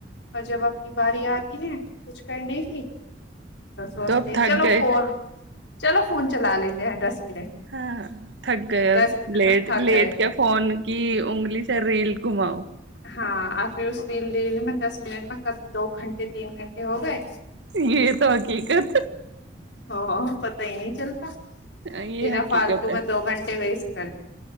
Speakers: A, on the left; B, on the right.
A: اور جب اپنی باری آتی ہے کچھ کرنے کی سوچتے
B: تو اب
A: ہیں
B: تھک
A: چلو
B: گئے
A: فون چلو فون چلا لیتے ہیں دس منٹ
B: ہاں تھک گئے
A: دس
B: اب لیٹ
A: ہاں تھک
B: لیٹ
A: گئے
B: کیا فون کی انگلی سے ریل گھماؤ
A: ہاں اور پھر اس دل د میں دس منٹ میں کب دو گھنٹے تین گھنٹے ہو گئے
B: یہ تو حقیقت
A: ہاں پتا ہی نہیں چلتا
B: یہ
A: بینا
B: حقیقت
A: فالتو
B: ہے
A: میں دو گھنٹے ویسٹ کر